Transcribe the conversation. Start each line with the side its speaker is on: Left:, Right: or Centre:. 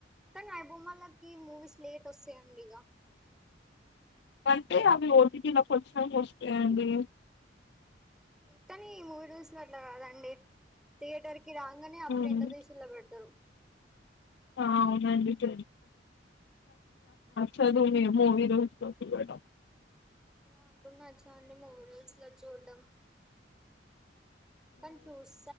Centre: కానీయిబోమ్మాలకి మూవీస్ లేట్ వస్తాయండీగా
Left: అంటే అవి ఓటిటీల కొస్తాయండి
Centre: కానీ మూవీ రూస్ లో అట్లా కాదండి థియేటర్ కి రాగానే అప్పుడు
Left: హ్మ్.
Centre: ఎంత తిషిన్లో పెడతారు
Left: ఆ అవునండి క చదువు మే మూమి రా
Centre: నాక్కూడా నచ్చవండి మూవీ రూల్స్ లో చూడడం కనీ చూస